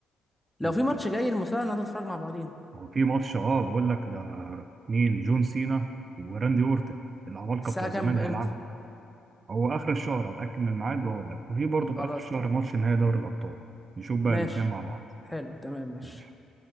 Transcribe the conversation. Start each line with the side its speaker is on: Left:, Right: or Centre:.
Centre: لو
Right: اوكي
Centre: في ماتش جاي المصارعه نقعد نتفرج مع بعضينا
Right: هو في ماتش اه بقول لك ده مين جون سينا وراندي اورتن العمالقه
Centre: الساعه
Right: بتوع
Centre: كام
Right: زمان هيلعبوا
Centre: امتى
Right: هو اخر الشهر هتاكد من الميعاد واقول لك وفي برضه
Centre: خلاص
Right: في اخر الشهر
Centre: تمام
Right: ماتش نهائي دوري الابطال نشوف بقى
Centre: ماشي
Right: الاثنين مع بعض
Centre: حلو تمام ماشي
Right: ماشي